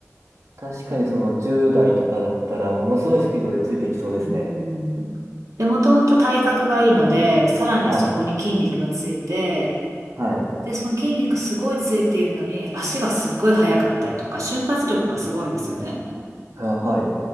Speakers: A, on the right; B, on the right.
A: 確かにその10代とかだったら、ものすごいスピードでついていきそうですね。
B: うーん。で、もともと体格がいいので、さらにそこに筋肉がついて、
A: はい。はい。
B: で、その筋肉すごいついているのに、足がすっごい速かったりとか、瞬発力がすごいんですよね。
A: ははい。